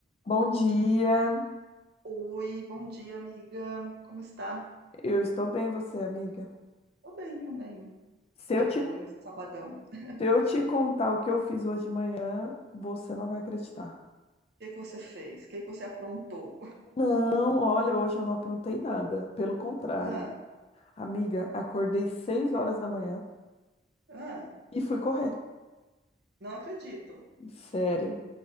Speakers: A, on the left (about 30°); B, on the right (about 55°).
A: Bom dia,
B: Oi, bom dia, amiga. Como está?
A: eu estou bem, você, amiga.
B: Tô bem também,
A: Se
B: aqui
A: eu
B: de
A: te,
B: boa
A: se
B: nesse sabadão. O
A: eu te contar o que eu fiz hoje de manhã, você não vai acreditar.
B: que que você fez? O que que você aprontou?
A: Não, olha, hoje eu não aprontei nada. Pelo contrário,
B: Ah,
A: amiga, acordei seis horas da manhã
B: ah,
A: e fui correr.
B: não acredito.
A: Sério.